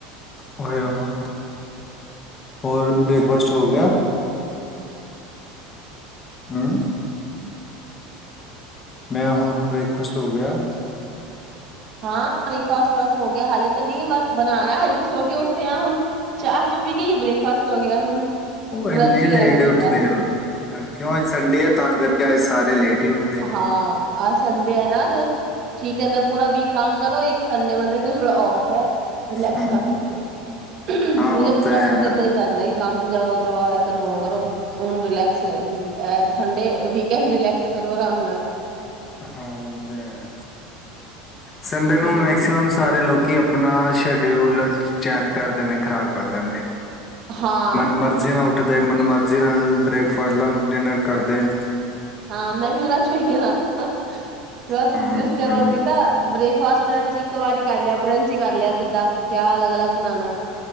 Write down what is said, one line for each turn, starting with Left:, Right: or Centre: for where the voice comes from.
Left: ਹੋ ਉਹਨੂੰ ਹੋਰ ਬ੍ਰੇਕਫਾਸਟ ਹੋ ਗਿਆ ਹਮ ਮੈਂ ਹੋਰ ਬ੍ਰੇਕਫਾਸਟ ਹੋ ਗਿਆ
Right: ਹਾਂ ਬ੍ਰੇਕਫਾਸਟ ਬਸ ਹੋ ਗਿਆ ਹਾਲੇ ਤੇ ਨਹੀਂ ਬਸ ਬਣਾਣਾ ਹਜੇ ਸੋ ਕੇ ਉੱਠੇ ਆ ਹੁਣ ਚਾਹ ਚੂ ਪੀ ਕੇ ਹੀ ਬ੍ਰੇਕਫਾਸਟ ਹੋ ਗਿਆ ਹੁਣ
Left: ਉਹ ਇੰਨੇ
Right: ਬਰੰਚ ਹੀ
Left: ਲੇਟ
Right: ਕਰਾਂਗੇ
Left: ਉੱਠਦੇ
Right: ਸਿੱਧਾ
Left: ਆ ਕਿਉਂ ਅੱਜ ਸੰਡੇ ਆ ਤਾਂ ਕਰਕੇ ਅੱਜ ਸਾਰੇ ਲੇਟ ਹੀ ਉੱਠਦੇ।
Right: ਹਾਂ ਆ ਸਨ ਨਾ ਤੂੰ ਠੀਕ ਕਿੰਦਾ ਪੂਰਾ ਵੀਕ ਕੰਮ ਕਰੋ ਇੱਕ ਸੰਡੇ ਮਤ ਕਿ ਾ ਫ ਹੈ ਰਿਲੈਕਸ
Left: ਹਮ
Right: ਕਰ ਸਕ ਨਹੀਂ
Left: ਹਾਂ ਉਹ
Right: ਪੂਰਾ
Left: ਤੇ ਹੈ।
Right: ਵੀਕ ਇਦਾਂ ਹੀ ਜਾਂਦਾ ਕੰਮ ਤੇ ਜਾਓ ਕਰਵਾਇਆ ਕਰੋ- ਕਰੋ। ਸੋ ਹੁਨ ਰਿਲੈਕਸ ਹੈ ਇਹ ਵੀ ਏ ਸੰਡੇ, ਵੀਕੈਂਂਡ ਰਿਲੈਕਸ। ਕਰੋ ਆਰਾਮ ਨਾਲ।
Left: ਹਾਂ, ਉਹ ਤਾਂ ਹੈ। ਸੰਡੇ ਨੂੰ
Right: ਹੂੰ।
Left: ਮੈਕਸੀਮਮ ਸਾਰੇ ਲੋਕੀ ਆਪਣਾ ਸ਼ਡਿਊਲ ਚੇਂਜ ਕਰ ਦਿੰਦੇ, ਖ਼ਰਾਬ ਕਰ ਦਿੰਦੇ ਨ
Right: ਹਾਂ,
Left: ਮਨ- ਮਰਜੀ ਨਾ ਉਠ ਉੱਠਦੇ ਮਨਮਰਜ਼ੀ ਨਾਲ ਬ੍ਰੇਕਫਾਸਟ, ਲੰਚ, ਡਿਨਰ ਕਰਦੇ ਨ।
Right: ਹਾਂ, ਮੈਂ ਵੀ ਉਹਨਾਂ ਚ ਹੋਈ ਹਾ। ਬਸ,
Left: ਹਾਂ
Right: ਜਿਸ
Left: ਕੋਈ
Right: ਟਾਈਮ ਮਨ
Left: ਨਾ
Right: ਕੀਤਾ ਬ੍ਰੇਕਫਾਸਟ, ਲੰਚ ਇੱਕ ਵਾਰੀ ਕਰ ਲਿਆ। ਬਰੰਚ ਕਰ ਲਿਆ ਸਿੱਧਾ। ਕਿਆ ਅਲੱਗ- ਅਲੱਗ ਬਣਾਣਾ,